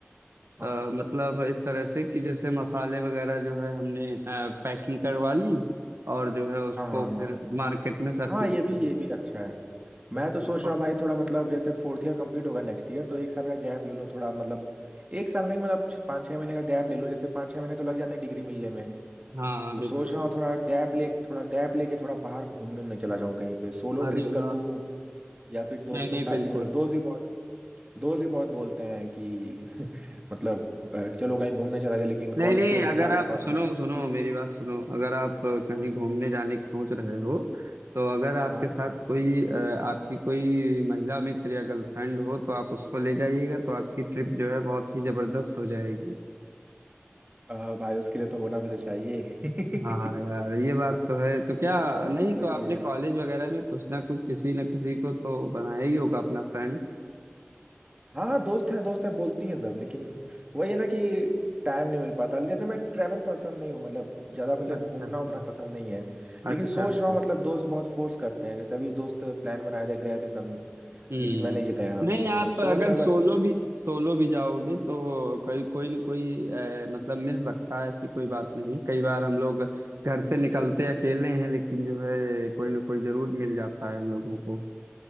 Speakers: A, on the right (about 25°); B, on the right (about 75°).
A: हाँ
B: अ, मतलब इस तरह से कि जैसे मसाले वगैरह जो है हमने पैकिंग करवा ली और जो है उसको
A: हाँ हाँ
B: फिर
A: हाँ
B: मार्केट में सर्कुलेट
A: हाँ, ये भी ये भी अच्छा है मैं तो सोच
B: कर
A: रहा हूँ भाई थोड़ा मतलब जैसे फोर्थ ईयर कंप्लीट होगा नेक्स्ट ईयर तो एक साल का गैप ले लूँ थोड़ा मतलब एक साल नहीं मतलब छ- पाँच छः महीने का गैप ले लूँ जैसे पाँच छः महीने तो लग जाते हैं डिग्री मिलने में
B: हाँ
A: तो
B: बिल्कुल
A: सोच रहा हूँ थोड़ा गैप ले थोड़ा गैप लेके थोड़ा बाहर घूमने उमने चला जाऊँ कहीं पे सोलो
B: अरे
A: ट्रिप
B: वाह
A: कर लूँ या फिर दोस्तों
B: नहीं नहीं
A: के साथ
B: बिल्कुल
A: ही मतलब दोस्त भी बहुत दोस्त भी बहुत बोलते हैं कि <laughs> मतलब अ, चलो कहीं घूमने चला जाए लेकिन
B: नहीं
A: कॉलेज
B: नहीं
A: की वजह
B: अगर
A: से जा नहीं
B: आप
A: पाता
B: सुनो
A: हूँ
B: सुनो मेरी बात सुनो अगर आप अ, कहीं घूमने जाने की सोच रहे हो तो अगर आपके
A: हाँ
B: साथ कोई अ, आपकी कोई महिला मित्र या गर्लफ्रेंड हो तो आप उसको ले जाइएगा तो आपकी ट्रिप जो है बहुत ही जबरदस्त हो जाएगी
A: अ, भाई उसके लिए तो होना भी तो चाहिए <laughs>
B: हाँ यार ये बात तो है तो क्या
A: हाँ
B: नहीं
A: वही
B: तो आपने कॉलेज वगैरह में कुछ ना कुछ किसी ना किसी को तो बनाया ही होगा अपना फ्रेंड
A: हाँ हाँ दोस्त हैं दोस्त हैं बोलती हैं सब लेकिन वही है ना कि टाइम नहीं मिल पाता जैसे मैं ट्रैवल पर्सन नहीं हूँ मतलब ज्यादा मतलब
B: अच्छा
A: घूमना
B: अच्छा
A: उमना पसंद नहीं है लेकिन
B: अच्छा
A: सोच
B: अच्छा
A: रहा हूँ मतलब दोस्त बहुत फोर्स करते हैं जैसे अभी दोस्त प्लान बनाए थे गए थे सब
B: हम्म
A: लेकिन मैं नहीं गया
B: नहीं
A: तो
B: आप
A: सोच
B: अगर
A: रहा हूँ
B: सोलो
A: एक बार
B: भी सोलो भी जाओगे तो कोई कोई ना कोई अ, मतलब मिल सकता है ऐसी कोई बात नहीं कई बार हम लोग घर से निकलते अकेले हैं लेकिन जो है कोई ना कोई जरूर मिल जाता है हम लोगों को